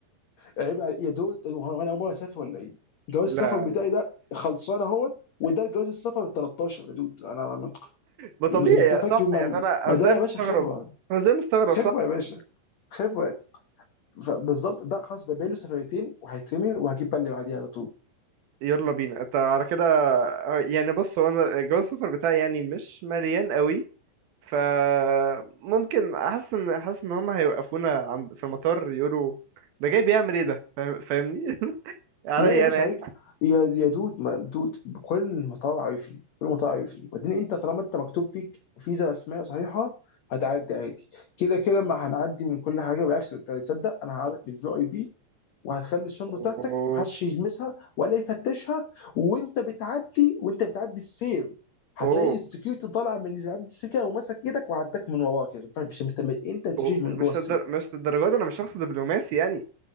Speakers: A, on the left (about 75°); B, on the right (about 65°).
A: عيب على- يا دود هو انا اول مره اسافر ولا ايه؟ جواز
B: لا
A: السفر بتاعي ده خلصان اهوت وده جواز السفر ال 13 يا دود انا
B: ما طبيعي
A: انت فاكر
B: صح
A: ما
B: يعني انا
A: ما
B: انا
A: ده
B: زي
A: يا
B: مستغرب
A: باشا خبره
B: انا زي مستغرب
A: خبره
B: صح
A: يا باشا خبره فبالظبط ده خلاص بقى له سفريتين وهيترمي وهجيب بقى اللي بعديه على طول
B: يلا بينا انت على كده آه، يعني بص هو انا جواز السفر بتاعي يعني مش مليان قوي ف ممكن احس ان حاسس ان هم هيوقفونا عند في المطار يقولوا ده جاي بيعمل ايه ده فاهم- فاهمني <laughs> عليا
A: لا يا باشا
B: انا يعني.
A: عيب يا يا دود ما دود كل مطار عارف لي كل مطار عارف لي وبعدين انت طالما انت مكتوب فيك فيزا رسميه صحيحه هتعدي عادي كده كده ما هنعدي من كل حاجه بالعكس انت تصدق انا هقعدك في الفي اي بي وهتخلي الشنطه
B: اوه
A: بتاعتك محدش يلمسها ولا يفتشها وانت بتعدي وانت بتعدي السير هتلاقي
B: اوه
A: السكيورتي طالع من اللي عند السكه وماسك ايدك وعداك من وراه كده مش انت ما تمشيش
B: و-
A: من جوه
B: مش
A: السير
B: الدر... مش للدرجه دي انا مش شخص دبلوماسي يعني